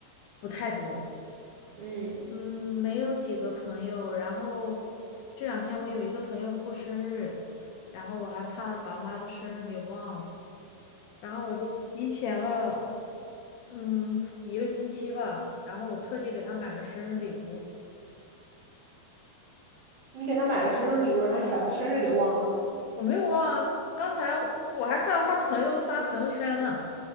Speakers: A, on the left; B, on the right.
A: 不太多。
B: 嗯，
A: 嗯，没有几个朋友。然后这两天我有一个朋友过生日，然后我还怕把他的生日给忘了，然后我就提前了，嗯，一个星期吧。然后我特地给他买了生日礼物。
B: 你给他买了生日礼物，然后你把他生日给忘了。
A: 我没有忘啊，刚才我还看到他朋友发朋友圈呢，